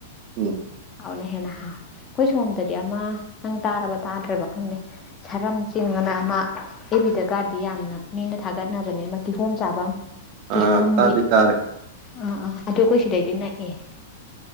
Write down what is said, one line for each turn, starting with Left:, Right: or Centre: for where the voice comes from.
Right: ꯎꯝ꯫
Left: ꯍꯥꯎꯅ ꯍꯦꯟꯅ ꯍꯥꯎ ꯑꯩꯈꯣꯏ ꯁꯣꯝꯗꯗꯤ ꯑꯃ ꯅꯪ ꯇꯥꯔꯕ ꯇꯥꯗ꯭ꯔꯦꯕ ꯈꯪꯗꯦ꯫ ꯁꯥꯔꯝ ꯆꯤꯡꯉꯥꯅ ꯑꯃ ꯑꯦꯐꯕꯤꯗꯒꯗꯤ ꯌꯥꯝꯅ ꯃꯤꯅ ꯊꯥꯒꯠꯅꯕꯅꯦ ꯑꯃꯥ ꯀꯤꯍꯣꯝ ꯆꯥꯕꯝ꯫ ꯀꯤꯍꯣꯝꯒꯤ
Right: ꯑ ꯇꯥꯗꯤ ꯇꯥꯔꯦ
Left: ꯑꯥ ꯑꯥ ꯑꯗꯨ ꯑꯩꯈꯣꯏ ꯁꯤꯗꯩꯗꯤ ꯅꯛꯑꯦ꯫